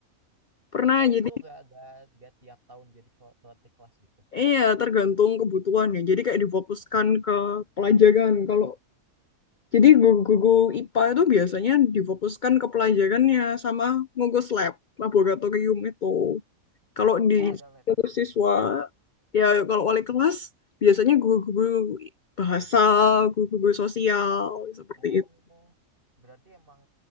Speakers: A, on the left (about 85°); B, on the right (about 40°).
A: Pernah
B: Oh
A: jadi
B: itu tuh gak, gak, gak tiap tahun jadi kel- wali kelas gitu.
A: iya tergantung kebutuhannya. Jadi kayak difokuskan ke pelajaran. Kalau jadi guru-guru IPA itu biasanya difokuskan ke pelajarannya sama ngugus lab, laboratorium itu. Kalau
B: Hmm,
A: di
B: oh ada labnya.
A: Hmm.
B: Hmm.
A: siswa, ya kalau wali kelas, biasanya guru-guru bahasa, guru-guru sosial, seperti
B: Oh,
A: itu.
B: berarti emang